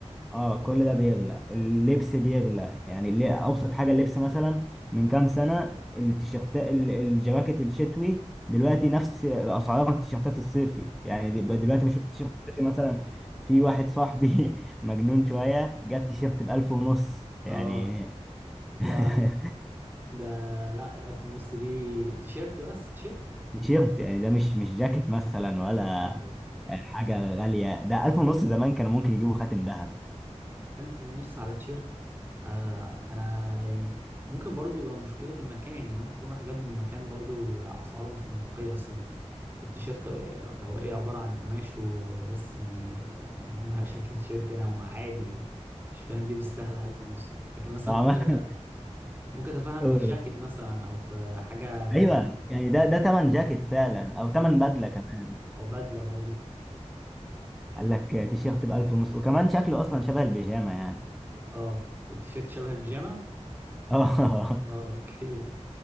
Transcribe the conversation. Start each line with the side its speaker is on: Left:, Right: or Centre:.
Centre: اه كل ده بيغلى اللبس بيغلى يعني اللي ابسط حاجه اللبس مثلا من كام سنه التيشيرت ال- الجواكت الشتوي دلوقتي نفس اسعار التيشيرتات الصيفي يعني دي-
Right: امم
Centre: دلوقتي بشوف التيشيرت الصيفي مثلا في واحد صاحبي <laughs> مجنون شويه جاب تيشيرت ب 1000 ونص يعني
Right: اه ده
Centre: <laughs>
Right: ده لا الف ونص دي تيشيرت بس تيشيرت
Centre: تيشيرت يعني ده مش مش جاكيت مثلا ولا
Right: يا لهوي.
Centre: حاجه غاليه ده 1000 ونص زمان كانوا ممكن يجيبوا خاتم ذهب
Right: ألف ونص على تيشيرت آه أنا يعني ممكن برضه يبقى مشكلة المكان يعني ممكن يكون واحد جاب من مكان برضه أسعاره مش منطقية أصل التيشيرت هو إيه عبارة عن قماش وبس يعني آه، معمول على شكل تيشيرت يعني هو عادي مش فاهم ليه بيستاهل ألف ونص لكن مثلا
Centre: <laughs>
Right: ممكن أتف... ممكن أتفهم
Centre: وعمال-
Right: في الجاكيت مثلا أو في حاجة
Centre: ايوه
Right: دي
Centre: يعني ده ده تمن جاكيت فعلا او تمن بدله كمان
Right: أو بدلة برضه
Centre: قال لك تيشيرت ب 1000 ونص وكمان شكله اصلا شبه البيجامه يعني
Right: أه التيشيرت شبه البيجامة
Centre: اه
Right: أه أوكي